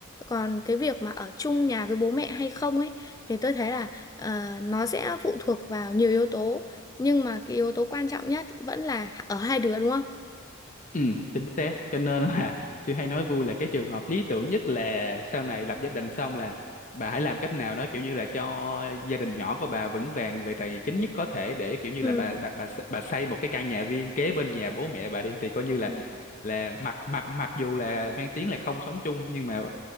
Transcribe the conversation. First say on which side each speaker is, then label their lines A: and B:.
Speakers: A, on the left; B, on the left.
A: còn cái việc mà ở chung nhà với bố mẹ hay không ấy thì tôi thấy là ờ, nó sẽ phụ thuộc vào nhiều yếu tố nhưng mà cái yếu tố quan trọng nhất vẫn là ở hai đứa đúng
B: Ừ, chính xác. Cho nên là <laughs> tôi hay nói vui là cái trường hợp lý tưởng nhất là sau này lập gia đình xong là bà hãy làm cách nào đó kiểu như là cho gia đình nhỏ của bà vững vàng về tài chính nhất có thể để kiểu như
A: không?
B: là bà bà bà bà xây một cái căn nhà riêng kế bên nhà bố mẹ bà đi thì coi như là
A: Ừ.
B: là mặc mặc mặc dù là mang tiếng là không sống chung nhưng mà